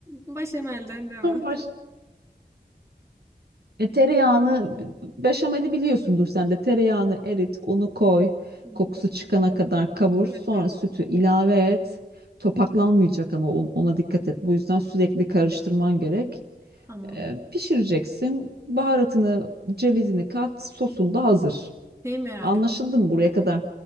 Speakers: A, on the right; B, on the right.
A: Başemelden devam.
B: <laughs> Baş...
A: Hı
B: E, tereyağını, beşameli biliyorsundur sen de. Tereyağını erit, onu koy.
A: hı.
B: Kokusu çıkana kadar kavur.
A: Evet,
B: Sonra
A: evet.
B: sütü ilave et. Topaklanmayacak ama on- ona dikkat et. Bu yüzden sürekli karıştırman gerek.
A: Tamam.
B: E, pişireceksin. Baharatını, cevizini kat. Sosun da hazır.
A: Şeyi merak
B: Anlaşıldı mı buraya kadar?